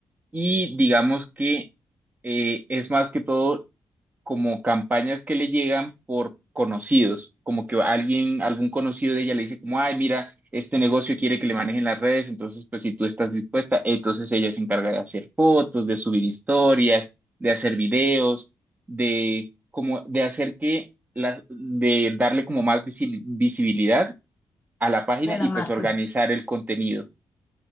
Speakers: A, on the right; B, on the left.
A: Y digamos que eh, es más que todo como campañas que le llegan por conocidos, como que alguien, algún conocido de ella le dice como, ay, mira, este negocio quiere que le manejen las redes, entonces pues si tú estás dispuesta, entonces ella se encarga de hacer fotos, de subir historias, de hacer videos, de como de hacer que la, de darle como más visi- visibilidad a la página
B: a la
A: y
B: marca.
A: pues organizar el contenido.